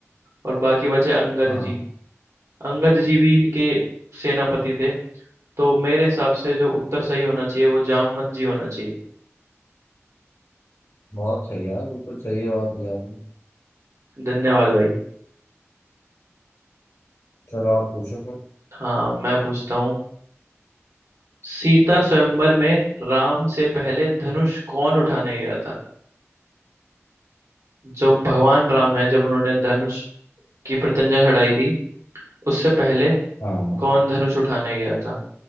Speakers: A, on the right (about 80°); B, on the left (about 75°).
A: और बाकी बचे अंगद
B: हाँ
A: जी अंगद जी भी इनके सेनापति थे तो मेरे हिसाब से जो उत्तर सही होना चाहिए वो जामवंत जी होना चाहिए
B: बहुत सही यार बिल्कुल सही जवाब दिया आपने
A: धन्यवाद भाई
B: चलो आप पूछो फिर
A: हाँ मैं पूछता हूँ सीता स्वयंवर में राम से पहले धनुष कौन उठाने गया था जो भगवान राम है जब उन्होंने धनुष की प्रत्यंचा चढ़ाई थी उससे पहले
B: हाँ
A: कौन धनुष उठाने गया था